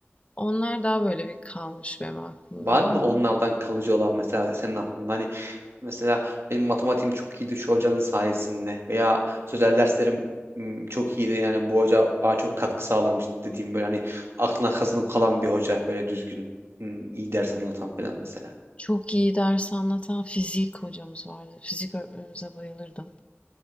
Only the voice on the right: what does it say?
var mı onlardan kalıcı olan mesela senin aklında? Hani mesela benim matematiğim çok iyiydi şu hocanın sayesinde veya sözel derslerim m, çok iyiydi yani bu hoca bana çok katkı sağlamış dediğim böyle hani aklına kazınıp kalan bir hoca böyle düzgün m, iyi ders anlatan falan mesela.